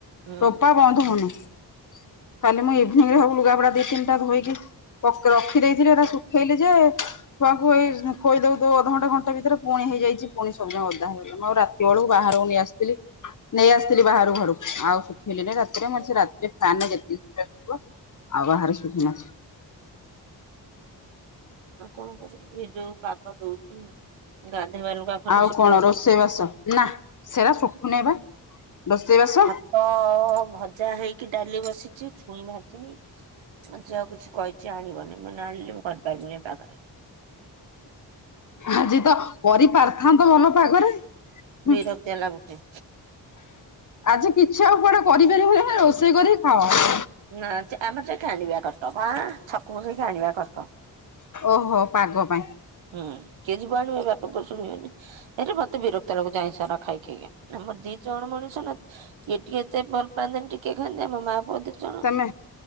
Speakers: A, on the right; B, on the left.
A: ହୁଁ
B: ଟୋପା ବନ୍ଦ ହଉନି। କାଲି ମୁଁ ଇଭିନିଙ୍ଗ ରେ ହବ ଲୁଗା ପଟା ଦି ତିନଟା ଧୋଇକି ରଖିଦେଇଥିଲି ଏଟା ଶୁଖେଇଲି ଯେ ଛୁଆଙ୍କୁ ଏଇ ଖୋଇ ଦଉ ଦଉ ଅଧଘଣ୍ଟେ ଘଣ୍ଟେ ଭିତରେ ପୁଣି ହେଇଯାଇଛି ପୁଣି ସବୁଯାକ ଓଦା ହେଇଗଲା। ମୁଁ ଆଉ ରାତି ବେଳକୁ ବାହାରକୁ ନେଇ ଆସିଥିଲି। ନେଇ ଆସିଥିଲି ବାହାରୁ ଘରୁକୁ ଆଉ ଶୁଖେଇିଲନି ରାତିରେ ମୁ କହିଲି ସେ ରା ସେ ଫାନ୍ ରେ ଯେତିକି ଶୁଖିବାର ଥିବ ଆଉ ବାହାରେ <unintelligible>
A: ଆଉ କଣ କରିବି ଏ ଯୋଉ ପାଗ ଦଉଛି ଗାଧୋଇବା ଲୁଗା ଖଣ୍ଡେ
B: ଆଉ
A: ଶୁଖିବା
B: କଣ ରୋଷେଇ
A: କଷ୍ଟ।
B: ବାସ ନା ସେରା ଶଖୁନିବା ରୋଷେଇ ବାସ।
A: ହଁ ଭଜା ହେଇକି ଡାଲି ବସିଛି ଛୁଇଁ ଭାଜିବି। ଆଜି ଆଉ କିଛି କହିଛି ଆଣିବନି ମୁଁ କହିଲି ଆଣିଲି ମୁଁ କରିପାରିବିନି ପାଗରେ।
B: ଆଜି ତ କରିପାରିଥାନ୍ତ ଭଲ ପାଗରେ। ହୁଁ
A: ବିରକ୍ତିଆ ଲାଗୁଛି।
B: ଆଜି କିଛି ଆଉ କୁଆଡେ କରିପାରି ହ ରୋଷେଇ କରି ଖାଅ।
A: ନା ସେ ଆମେ ସେ କିାଣିବା କଟ ବା ଛକୁକୁ ସେଇ କି ଆଣିବା କଟ
B: ଓହୋ ପାଗ ପାଇଁ।
A: ହୁଁ କିଏ ଯିବ ଆଣିବେ ପାପ ପର୍ଷଣ ହୁଏନି ଏରେ ମତେ ବିରକ୍ତ ଲକୁ ଯାଇଛ ନା ଖାଇ ଖାଇକି ଆମର ଦି ଜଣ ମଣିଷ ନା ଟିକି ଏତେ ଭଲ ପାଆନ୍ତିନି ଟିକେ ଖେ ଆମ ମା ପୁଅ ଜଣ
B: ତମେ